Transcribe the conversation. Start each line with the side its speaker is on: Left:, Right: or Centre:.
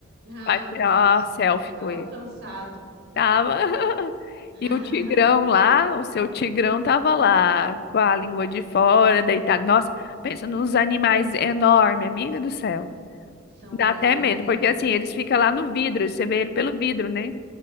Right: ah,
Left: Pra tirar
Right: meu Deus do céu.
Left: uma selfie
Right: Tava
Left: com ele.
Right: cansado.
Left: Tava. <laughs>
Right: <laughs>
Left: E o tigrão lá, o seu tigrão tava lá, com a língua de fora, deitado. Nossa, pensa nos animais enormes, amiga do céu.
Right: São
Left: Dá
Right: grandes,
Left: até medo,
Right: né?
Left: porque assim, eles ficam lá no vidro, você vê ele pelo vidro, né?